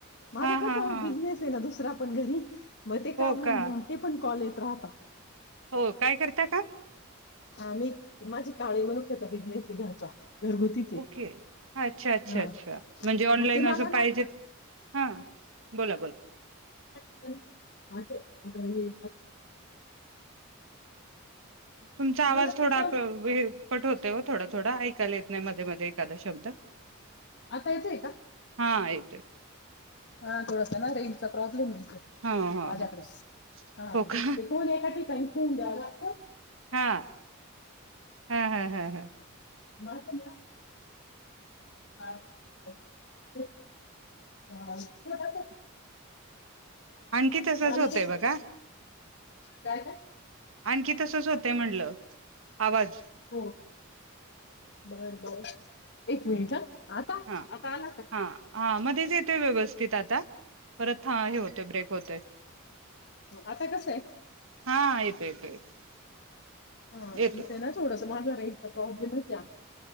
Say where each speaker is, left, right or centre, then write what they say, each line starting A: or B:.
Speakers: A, on the left (about 55°); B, on the right (about 65°).
A: माझं
B: हा
A: कस
B: हा हा
A: बिझनेस आहे ना दुसरा पण घरी मग ते
B: हो
A: काम
B: का
A: ते पण कॉलेज राहता
B: हो काय करता का
A: आ मी माझे का ण्याचा बिझनेसी घरचा घरगुतीच आहे.
B: ओके अच्छा अच्छा
A: हा
B: अच्छा म्हणजे ऑनलाईन
A: मग ते मला
B: असं
A: ना
B: पाहिजे हा बोला बोला
A: अस आता हे
B: तुमचा आवाज
A: मला ती
B: थोडा
A: कॉल
B: कट होतय थोडा थोडा ऐकायला येत नाही मध्ये मध्ये कदा शब्द
A: आता येतोय का
B: हा य य
A: हा थोडस ना रेंज चा प्रॉब्लेम आहे
B: ह ह
A: माझ्याकडे
B: ह
A: हा
B: हो का
A: ते फोन एका ठिकाणी होड
B: हा ह ह ह ह
A: झ ना ना ह ह थोडसं
B: आणखी तसच
A: मानसिक
B: होतय बघा
A: काय काय?
B: आणखी तसच होतंय म्हटल आवाज
A: हो बर बर एक मिनिट ह आता
B: हा
A: आता आला का?
B: हा हा मध्येच येतोय व्यवस्थित आता परत हा हे होत ब्रेक होतय
A: आता कसं आहे
B: हा येतो येतो येतो
A: हा
B: येतो
A: इथ ना थोडंस मांजर आहे. प्रॉब्लेमच जा